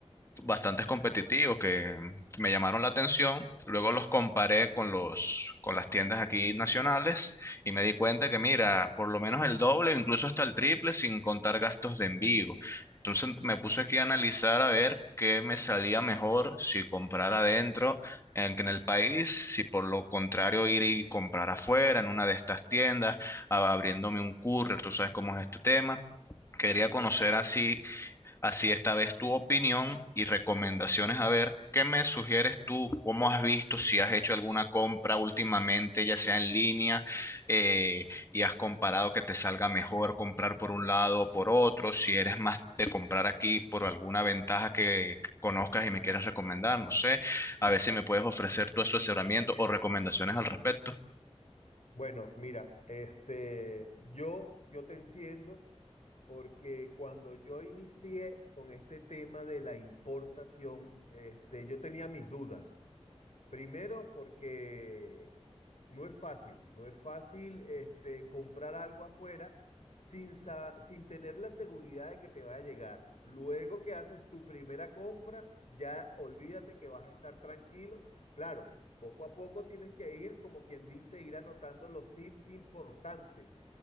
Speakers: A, on the left; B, on the left.
A: bastantes competitivos que me llamaron la atención. Luego los comparé con los, con las tiendas aquí nacionales y me di cuenta que, mira, por lo menos el doble, incluso hasta el triple, sin contar gastos de envío. Entonces me puse aquí a analizar a ver qué me salía mejor si comprar adentro en, que en el país, si por lo contrario ir y comprar afuera en una de estas tiendas, a- abriéndome un courier, tú sabes cómo es este tema. Quería conocer así Así esta vez tu opinión y recomendaciones. A ver, ¿qué me sugieres tú? ¿Cómo has visto? Si has hecho alguna compra últimamente, ya sea en línea, eh, y has comparado que te salga mejor comprar por un lado o por otro. Si eres más de comprar aquí por alguna ventaja que conozcas y me quieras recomendar, no sé. A ver si me puedes ofrecer tu asesoramiento o recomendaciones al respecto.
B: Bueno, mira, este, yo, yo te entiendo porque cuando yo inicié con este tema de la importación, este, yo tenía mis dudas. Primero porque no es fácil, no es fácil este, comprar algo afuera sin, sa- sin tener la seguridad de que te va a llegar. Luego que haces tu primera compra, ya olvídate que vas a estar tranquilo. Claro, poco a poco tienes que ir, como quien dice, ir anotando los tips importantes